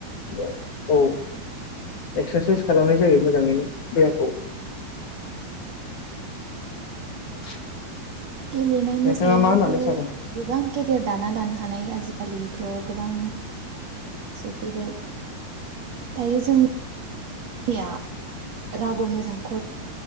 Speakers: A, on the left (about 55°); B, on the right (about 45°).
A: ओ औ एक्सारसायस खालामनाय जायो मोजाङैनो देहाखौ <inaudible>
B: गेलेनायनि
A: नोंथाङा
B: सायावबो
A: मा होननानै सानो
B: गोबां केरियार दाना लानो हानाय आजिखालि थ' गोबां सफैबाय दायो जोंनि या रावबो मोजां खट